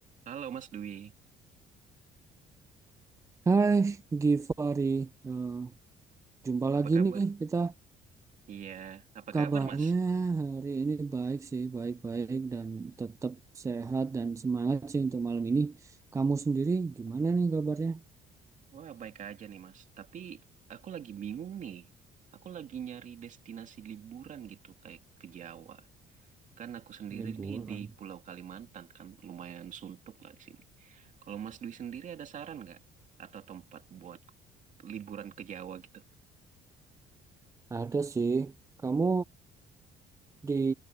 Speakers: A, on the right (about 50°); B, on the right (about 20°).
A: Halo Mas Dwi,
B: Hai Givari, Eh, jumpa
A: apa
B: lagi
A: kabar?
B: nih kita.
A: Iya, apa kabar
B: Kabarnya
A: Mas?
B: hari ini baik sih, baik-baik dan tetap sehat dan semangat sih untuk malam ini. Kamu sendiri gimana nih kabarnya?
A: Wah, baik aja nih Mas. Tapi aku lagi bingung nih. Aku lagi nyari destinasi liburan gitu kayak ke Jawa. Kan aku sendiri
B: Liburan.
A: nih di Pulau Kalimantan kan lumayan suntuk lah di sini. Kalau Mas Dwi sendiri ada saran nggak? Atau tempat buat liburan ke Jawa gitu?
B: Ada sih. Kamu di